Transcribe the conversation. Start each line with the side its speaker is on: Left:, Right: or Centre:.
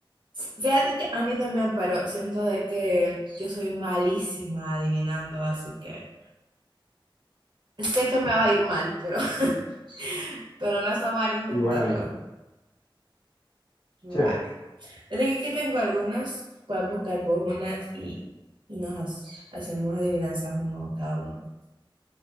Right: Fíjate que a mí también, pero siento de que yo soy malísima adivinando, así que sé que me va a ir mal, pero, <laughs> pero no está mal intentarlo.
Left: Igual a mí.
Right: Vale.
Left: Chévere.
Right: desde que aquí tengo algunas, puedes buscar vos unas y, y nos hacemos adivinanzas uno cada uno.